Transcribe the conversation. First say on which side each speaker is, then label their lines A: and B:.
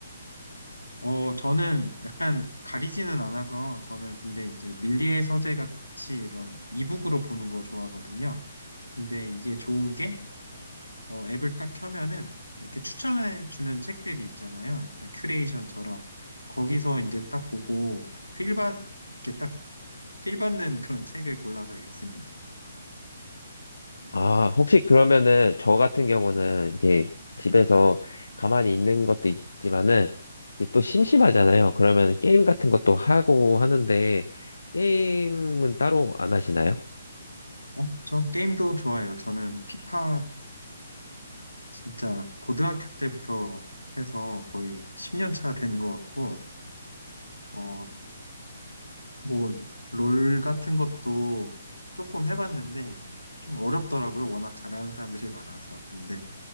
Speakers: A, on the left; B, on the left.
A: 어, 저는 약간 가리지는 않아서 저는 근데 이제 밀리의 서재 같이 이런 이북으로 보는 거 좋아하거든요. 근데 이게 좋은 게 어, 앱을 딱 켜면은 이렇게 추천해 주는 책들이 있잖아요. 약간 큐레이션처럼 거기서 이제 딱 보고 필 받, 이렇게 딱필 받는 그런 책을 골라서 읽습니다.
B: 아, 혹시 그러면은 저 같은 경우는 이렇게 집에서 가만히 있는 것도 있지만은 이게 또 심심하잖아요. 그러면 게임 같은 것도 하고 하는데 게임은 따로 안 하시나요?
A: 어, 저 게임도 좋아해요. 저는 피파는 진짜 고등학교 때부터 해서 거의 10년 차 되는 것 같고 어, 뭐, 롤 같은 것도 조금 해봤는데, 좀 어렵더라고요. 워낙 잘하는 사람들이 많아서. 근데,